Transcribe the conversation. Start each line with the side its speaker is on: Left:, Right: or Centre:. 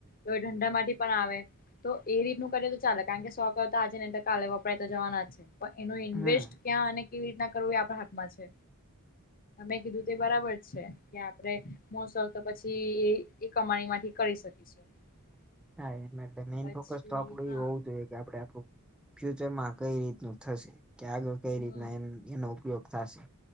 Left: તો એ ઠંડા માંથી પણ આવે તો એ રીતનું કરે ચાલે કારણ કે સો તો આજે ને તો કાલે તો જવાના જ છે એનું ઇન્વેસ્ટ
Centre: હમ
Left: ક્યાં ને કેવી રીતના એ આપણા હાથમાં છે. મેં કીધું તે બરાબર છે કે આપણેે મોસલ તો પછી એ એ કમાણી માંથી કરી શકીશું. <inaudible>
Centre: હા એ એટલે મેઈન
Left: પછી
Centre: ફોકસ તો આપડું
Left: હા
Centre: એ હોવ જોઈએ કે આપડે આપડું ફ્યુચરમાં કઈ રીતનું થશે કે આગળ કઈ
Left: હમ
Centre: રીતના એનો ઉપયોગ થાશે.